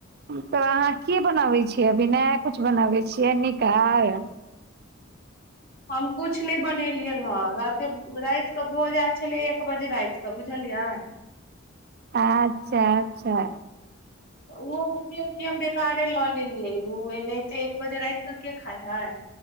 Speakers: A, on the right (about 50°); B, on the left (about 45°).
A: तऽ अहाँ कि बनाबै छियै। अभी नहि कुछ बनाबै छियै। निकार
B: हम कुछ नहि बनेलियन हँ राते राइत कऽ भोज आयल छलै दू बजे राइत क बुझलियै
A: आच्छा-अच्छा
B: ऽ ओहो बुझ गेल कि हम बेकारे लऽ लेलियै ओ एनाहिते एक बजे रात कऽ के खाय हाै